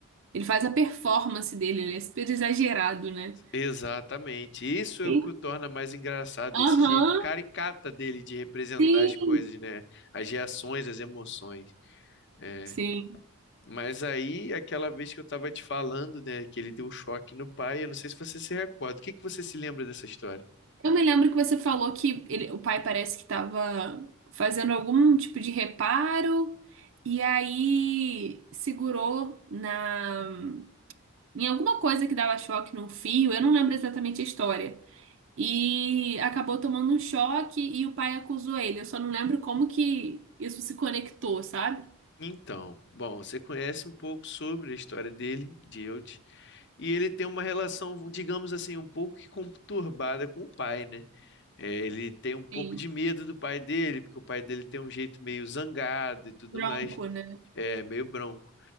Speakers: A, on the right; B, on the left.
A: ele faz a performance dele, ele é super exagerado, né?
B: exatamente. Isso é
A: E-
B: o que o torna mais engraçado,
A: Aham,
B: esse jeito caricata dele de representar
A: sim,
B: as coisas, né? As reações, as emoções. É.
A: sim.
B: Mas aí, aquela vez que eu estava te falando, né, que ele deu um choque no pai, eu não sei se você se recorda. O que que você se lembra dessa história?
A: Eu me lembro que você falou que ele- o pai parece que estava fazendo algum tipo de reparo e aí segurou na em alguma coisa que dava choque num fio, eu não lembro exatamente a história. E acabou tomando um choque e o pai acusou ele. Eu só não lembro como que isso se conectou, sabe?
B: Então, bom, você conhece um pouco sobre a história dele, de Eudes, e ele tem uma relação, digamos assim, um pouco que conturbada com o pai, né? É, ele tem um pouco
A: Sim,
B: de medo do pai dele, porque o pai dele tem um jeito meio zangado e tudo
A: bronco,
B: mais,
A: né?
B: é meio bronco.